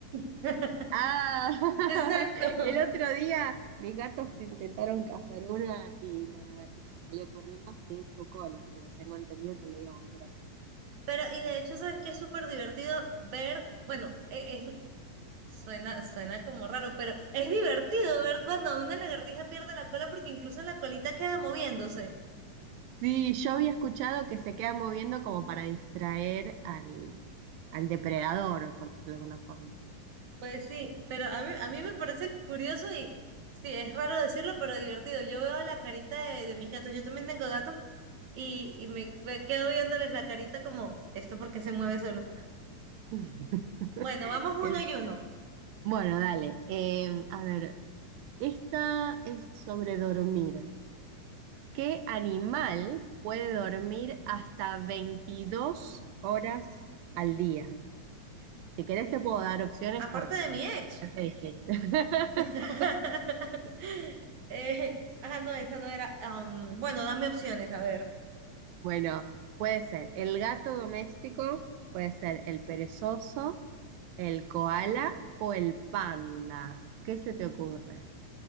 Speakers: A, on the right; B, on the right.
A: <laughs>
B: Ah, <laughs>
A: exacto.
B: el otro día mis gatos intentaron cazar una y la lagartija salió corriendo sin su cola, pero tengo entendido que le iba a volver a crecer.
A: Pero, y de hecho, ¿sabes qué? Es súper divertido ver, bueno, e- es- <laughs> suena, suena como raro, pero es divertido ver cuando una lagartija pierde la cola porque incluso la colita queda moviéndose.
B: Sí, yo había escuchado que se queda moviendo como para distraer al, al depredador, por decirlo de alguna forma.
A: Pues sí, pero a mí, a mí me parece curioso y sí, es raro decirlo, pero divertido. Yo veo la carita de, de mis gatos, yo también tengo gatos y, y me, me quedo viéndoles la carita como, ¿esto por qué se mueve solo?
B: <laughs>
A: Bueno, vamos uno
B: El
A: y uno.
B: Bueno, dale. Em, a ver, esta es sobre dormir. ¿Qué animal puede
A: Ujú.
B: dormir hasta 22 horas al día? Si querés
A: Eh,
B: te puedo dar opciones
A: aparte
B: porque...
A: de mi ex.
B: es difícil. <laughs>
A: <laughs> Eh, ajá, no, esa no era. am, bueno, dame opciones, a ver.
B: Bueno, puede ser el gato doméstico, puede ser el perezoso, el koala o el panda. ¿Qué se te ocurre?